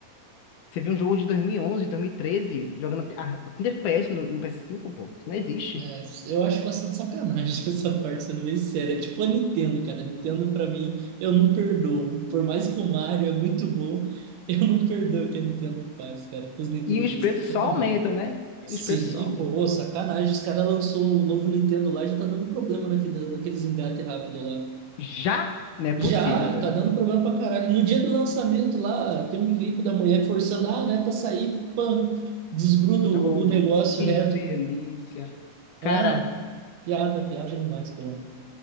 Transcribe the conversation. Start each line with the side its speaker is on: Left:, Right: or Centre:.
Left: Você viu um jogo de 2011, 2013, jogando até- ah, com FPS no, no PS5, pô, isso não existe.
Right: É, eu acho bastante sacanagem <laughs> essa parte, sendo bem séria. É Tipo a Nintendo, cara. A Nintendo, pra mim, eu não perdoo. Por mais que o Mario é muito bom, <laughs> eu não perdoo o que a Nintendo faz, cara, com os nintendistas.
Left: E os preços
Right: É
Left: só
Right: sacanagem.
Left: aumentam, né?
Right: Sim,
Left: E os preços só aumentam.
Right: pô, ô, sacanagem. Os caras lançou o novo Nintendo lá, já tá dando problema naquele, naqueles engates rápido lá.
Left: Já não é possível,
Right: Já,
Left: velho.
Right: tá dando problema pra caralho. No dia do lançamento lá, tem um clipe da mulher forçando, ah, né, pra sair, pã, desgruda o,
Left: Oh,
Right: o negócio
Left: que
Right: reto.
Left: delícia.
Right: Ah,
Left: Cara,
Right: piada, piada demais, pô.